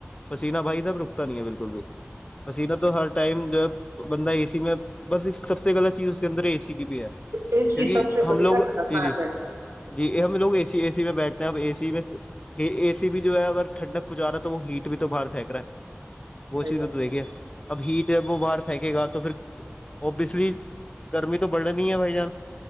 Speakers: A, on the left (about 25°); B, on the right (about 85°).
A: پسینہ بھائی تھاب رکتا نہیں ہے بالکل بھی پسینہ تو ہر ٹائم جو ہے بندہ اے سی میں بس سب سے غلط چیز اس کے اندر اے سی کی بھی ہے
B: اے سی
A: کیکہ
B: سب سے
A: ہم
B: غلط
A: لوگ
B: ہے خطرناک
A: جی جی
B: ہے
A: جی یہ ہم لوگے سی اے سی میں بیٹھتے ہیں اب اے سی میں یہ اے سی بھی جو ہے اگر ٹھنڈک پہنچا رہا تو وہ ہیٹ بھی تو باہر پھینک رہا ہے
B: صحیح
A: وہ چیز
B: بات
A: میں تو دیکھیے اب ہیٹ ہے وہ باہر پھینکے گا تو پھر اور بچلی گرمی تو بڑھنی ہے بھائی جان